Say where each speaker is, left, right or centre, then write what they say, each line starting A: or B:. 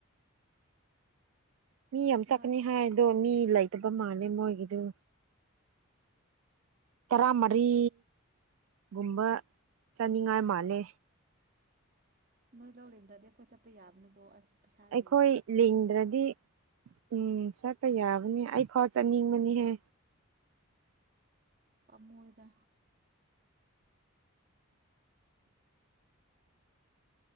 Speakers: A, on the right (about 70°); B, on the right (about 40°).
A: ꯃꯤ ꯌꯥꯝ
B: ꯑꯁ
A: ꯆꯠꯀꯅꯤ
B: ꯅꯣꯏ
A: ꯍꯥꯏꯗꯣ ꯃꯤ ꯂꯩꯇꯕ ꯃꯥꯜꯂꯦ ꯃꯣꯏꯒꯤꯗꯨ ꯇꯔꯥꯃꯔꯤ ꯒꯨꯝꯕ ꯆꯥꯅꯤꯡꯉꯥꯏ ꯃꯥꯜꯂꯦ
B: ꯑ ꯅꯣꯏ ꯂꯧ ꯂꯦꯟꯗ꯭ꯔꯗꯤ ꯑꯩꯈꯣꯏ ꯆꯠꯄ ꯌꯥꯕꯅꯤꯀꯣ ꯑꯁ ꯄꯩꯁꯥꯒꯤ
A: ꯑꯩꯈꯣꯏ ꯂꯤꯡꯗ꯭ꯔꯗꯤ ꯎꯝ ꯆꯠꯄ ꯌꯥꯕꯅꯦ ꯑꯩ ꯐꯥꯎ ꯆꯠꯅꯤꯡꯕꯅꯤꯍꯦ
B: ꯄꯃꯣꯣꯏꯗ